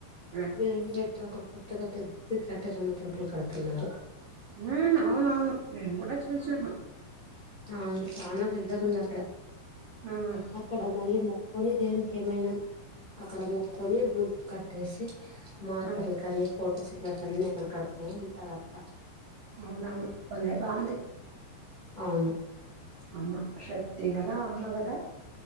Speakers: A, on the right; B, on the left.
A: హ్మ్
B: మే ఇంలో ఇప్పుడు అక్కడ కొత్తగా పెద్ద కట్టరమ్మ టెంపుల్ కడుతున్నారు
A: ఆ అవునవును మేము కూడా చూసినాము
B: అవును చనా పెద్దగా
A: హ్మ్
B: ఉంది అక్కడ
A: హ్మ్
B: అక్కడ మళ్ళీ ని దేవునికి ఏమైనా అక్కడ మొక్కొని ముడుపు కట్టేసి మాతలు
A: హ్మ్.
B: కాని ఫొటోస్ ఇట్లాంటివన్న అక్కడ కడుతూ ఉంటారు అంతా
A: అవునావును భ బాంది
B: అవును
A: అమ్మ శక్తి గల అమ్మ కదా